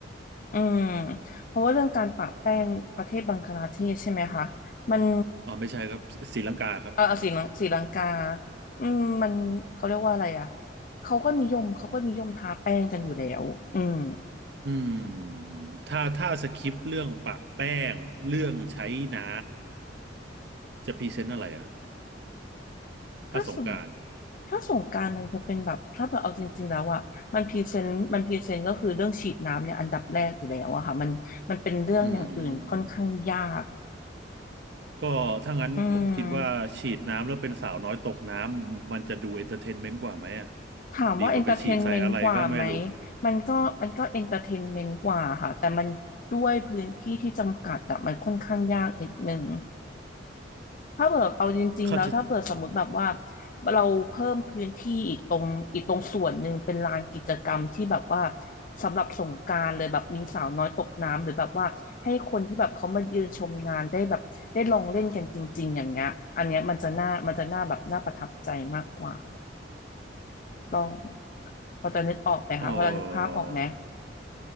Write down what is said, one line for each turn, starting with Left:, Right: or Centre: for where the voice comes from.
Left: อืมเพราะว่าเรื่องการปะแป้งประเทศบังคลาเทศใช่ไหมคะมัน
Right: อืมอ๋อไม่ใช่ครับศรีลังกาครับ
Left: เออศรีลังศรีลังกาอืมมันเขาเรียกว่าอะไรอ่ะเขาก็นิยมเขาก็นิยมทาแป้งกันอยู่แล้วอืม
Right: อืมถ้าถ้าสคริปต์เรื่องปะแป้งเรื่องใช้น้ำจะพรีเซนต์อะไรอะ
Left: ถ้าสง
Right: ถ้าสงกรานต์
Left: ถ้าสงกรานต์มันจะเป็นแบบถ้าเกิดเอาจริงๆแล้วอ่ะมันพรีเซนต์มันพรีเซนต์ก็คือเรื่องฉีดน้ำเนี่ยอันดับแรกอยู่แล้วอะค่ะมันมันเป็นเรื่องอย่างอื่นค่อนข้างยาก
Right: อืมก็ถ้างั้นผมคิดว่าฉีดน้ำแล้วเป็นสาวน้อยตกน้ำมันจะดูเอนเตอร์เทนเมนต์กว่าไหมอ่ะ
Left: อืม ถามว่าเอนเตอร์เทนเมนต์กว่าไหม
Right: ดีกว่าไปฉีดใส่อะไรก็ไม่รู้
Left: มันก็มันก็เอนเตอร์เทนเมนต์กว่าค่ะแต่มันด้วยพื้นที่ที่จำกัดอะมันค่อนข้างยากนิดหนึ่ง ถ้าเกิดเอาจริงๆแล้วถ้าเกิดสมมติแบบว่า
Right: เขาจะ
Left: เราเพิ่มพื้นที่อีกตรงอีกตรงส่วนหนึ่งเป็นลานกิจกรรมที่แบบว่าสำหรับสงกรานต์เลยแบบมีสาวน้อยตกน้ำหรือแบบว่าให้คนที่แบบเขามายืนชมงานได้แบบได้ลองเล่นกันจริงๆอย่างเงี้ยอันเนี้ยมันจะน่ามันจะน่าแบบน่าประทับใจมากกว่า ลองพอจะนึกออกไหมคะพอจะนึกภาพออกไหม
Right: เออ